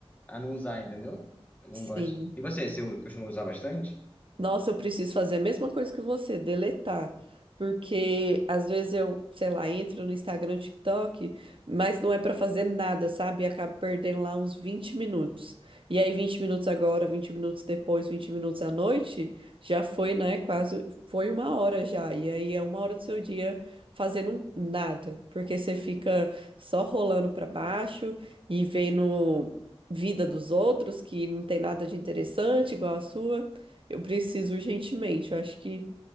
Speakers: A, on the left; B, on the right.
A: a não usar, entendeu? Eu não
B: Sim.
A: gosto. E você, você costuma usar bastante?
B: Nossa, eu preciso fazer a mesma coisa que você, deletar. Porque às vezes eu, sei lá, entro no Instagram, TikTok, mas não é pra fazer nada, sabe? E acabo perdendo lá uns 20 minutos. E aí 20 minutos agora, 20 minutos depois, 20 minutos à noite, já foi, né? Quase, foi uma hora já. E aí é uma hora do seu dia fazendo nada, porque você fica só rolando pra baixo e vendo vida dos outros que não tem nada de interessante igual a sua. Eu preciso urgentemente. Eu acho que